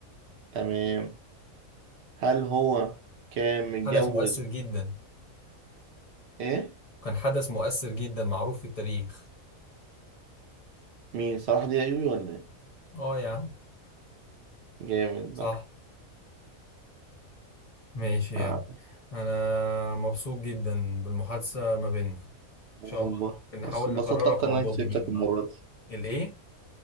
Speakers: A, on the right; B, on the left.
A: تمام هل هو كان متجوز
B: حدث مؤثر جدا
A: إيه
B: كان حدث مؤثر جدا معروف في التاريخ
A: مين صلاح دي ايوبي ولا ايه
B: اه يا عم
A: جامد
B: صح
A: بقى
B: ماشي يا
A: آه
B: عم أنا مبسوط جدا بالمحادثة ما بيننا إن
A: والله
B: شاء الله ممكن نحاول
A: بس انبسطت
B: نكررها
A: اكتر
B: في موضوع
A: انك كسبتك
B: جديد
A: المرة
B: بقى
A: دي
B: الإيه؟